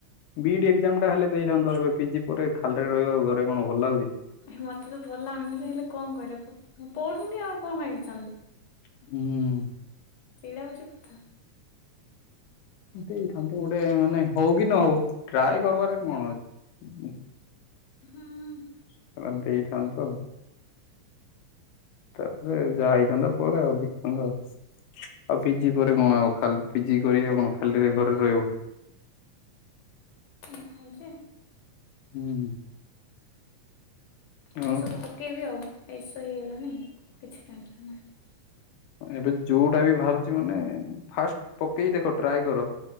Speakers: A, on the left; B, on the left.
A: ବି ଇ ଡି ଏକ୍ଜାମ ଟା ହେଲେ ଦେଇଥାନ୍ତତା ଏବେ ପିଜି ପରେ ଖାଲିଟାରେ ରହିବା ଆଉ, ଘରେ କଣ ଭଲ ଲାଗୁଛି?
B: ମତେ ତ ଭଲ ଲାଗୁନି ସେ ହେଲେ କଣ କରିବା ପଢୁନି ଆଉ କଣ ଏକ୍ସାମ ଦେବି।
A: ହୁଁ
B: ସେଇଟା ହଉଛି କଥା।
A: ଦେଇଥାନ୍ତେ ଗୋଟେ ମାନେ ହଉ କି ନ ହଉ ଟ୍ରାଏ କରିବାର କଣ ଅଛି।
B: ହୁଁ
A: ସେଟା ଦେଇଥାନ୍ତ। ତାପରେ ଯାହା ହେଇଥାନ୍ତା ପରେ ଆଉ ଦେଖିଥାନ୍ତ ଆଉ ଆଉ ପିଜି ପରେ କଣ ଆଉ ଖାଲି ପିଜି କରିବା କଣ ଖାଲିରେ ଘରେ ରହିବ?
B: ନାଇଁ ଯେ
A: ହୁଁ
B: ଏବେ
A: ଆଉ
B: ସବୁ ପ କେଇବି ଆଉ ଏ ଏସ୍ ଓ ହେଇଗଲାଣି କିଛି ଟେନସନ୍ ନାହିଁ।
A: ଏବେ ଯୋଉଟା ବି ଭାରୁଚି ମାନେ ଫାଷ୍ଟ ପକେଇ ଦେଖ ଟ୍ରାଏ କର।